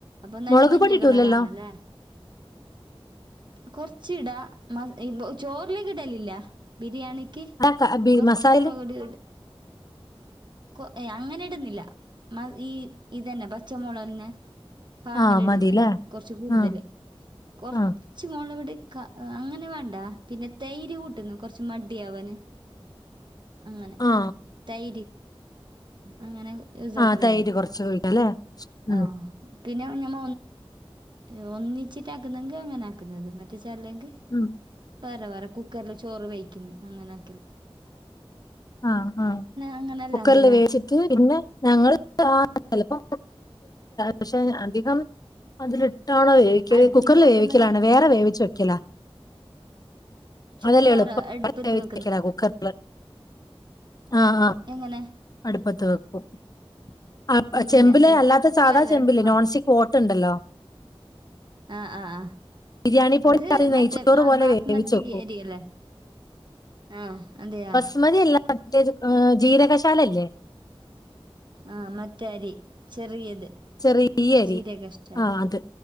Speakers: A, on the right (about 50°); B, on the left (about 40°).
A: അപ്പൊ നല്ല
B: മുളക്
A: മഞ്ഞ
B: പൊടി ഇടൂലല്ലോ
A: കളറന്നല്ലേ കൊറച്ച ഇടാ ചോറിലേക്ക ഇടല്ലല്ല ബിരിയാണിക്ക്
B: ആ ക ബി
A: കൊറച്ച
B: മസാലേല്
A: മോള കടി കൊ അങ്ങനെ ഇടുന്നില്ല മ ഈ ഇതന്നെ പച്ചമുളന്നെ പാങ്ങല
B: ആ
A: ഇടന്ന്
B: മതില്ലേ
A: കൊറച്ച് കൂടുതല്
B: ആ
A: കൊ
B: ആ
A: ചച്ച മോള ഇവിടെ അങ്ങനെ വേണ്ട പിന്നെ തൈര് കൂട്ടുന്നു കുറച്ച് മടിയ ആവാാന് അങ്ങനെ
B: ആ
A: തൈ അങ്ങനെ യൂസാക്കലണ്ട്
B: ആ തൈര് കുറച്ച് ഒഴിക്കാല്ലേ ഉം
A: ആഹ പിന്നെ ഞമ്മൾ ഒ ഒന്നിച്ചിട്ട ആാക്കുന്നതെങ്കിൽ അങ്ങനെ ആക്കുന്നത് മറ്റേ ചരില്ലെങ്കിൽ
B: ഉം
A: വരാ വറ കുക്കറിൽ ചോറ് വഴിക്കുന്നു അങ്ങനെയൊക്കെ
B: ആഹ ആ
A: അങ്ങനെല്ലാന്തല്ലേ?
B: കുക്കറിൽ വേച്ചിട്ട് പിന്നെ ഞങ്ങ ചപ്പോ പക്ഷെ അധികം അതിലിട്ടാണോ വ
A: അടുപ്പിൽ
B: കുക്കറിൽ
A: വെക്കുന്ന
B: വേവിക്കലാണ് വേറെ വേവിച്ച വെക്കല
A: ചോറ്
B: അതല്ല
A: വേറെ
B: എളുപ്പക്കട
A: അടുപ്പത്ത് വെക്കുന്ന
B: കുക്കർ ആഹ് ആഹ്
A: എങ്ങനെ
B: അടുപ്പത്ത് വെക്കും ആ
A: ഇല്ല
B: ചെമ്പില്
A: ഈ
B: അല്ലാത്ത
A: കുക്കറിലല്ല
B: സാധാ ചെമ്പില്
A: അടുപ്പ
B: നോൺ സ്റ്റിക് കോട്ട്ുണ്ടല്ലോ
A: ആഹ ആഹ് ആ
B: ബിരിയാണി പൊടി
A: അത് മറ്റേ
B: നെയ്ച്ചോറ് പോലെ
A: ബാസ്മതി
B: വേവിച്ച് വെക്കും
A: ഏരിയല്ലേ ആഹ അതെയാ
B: മതിയല്ലേ് ജീരകശാല അല്ലേ
A: ആ മറ്റേരി ചെറിയത്
B: ചെറിയ അരി
A: ജീരകഷാൽ
B: ആ അത്